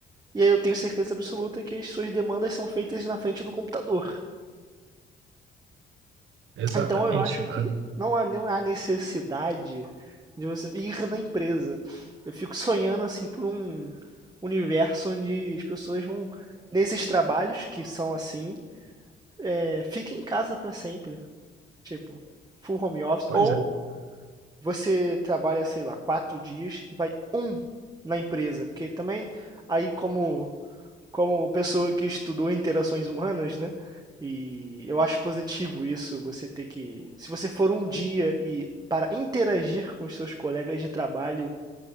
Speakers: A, on the right; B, on the right.
A: e aí eu tenho certeza absoluta que as suas demandas são feitas na frente do computador.
B: exatamente.
A: Então eu acho
B: né?
A: que não há, não há necessidade de você ir na empresa. Eu fico sonhando assim por um universo onde as pessoas vão nesses trabalhos que são assim, eh, fica em casa para sempre, tipo, full home office
B: Pois
A: ou
B: é.
A: Você trabalha, sei lá, 4 dias e vai um na empresa, porque também aí como como pessoa que estudou interações humanas, né? E eu acho positivo isso, você ter que, se você for um dia e para interagir com os seus colegas de trabalho,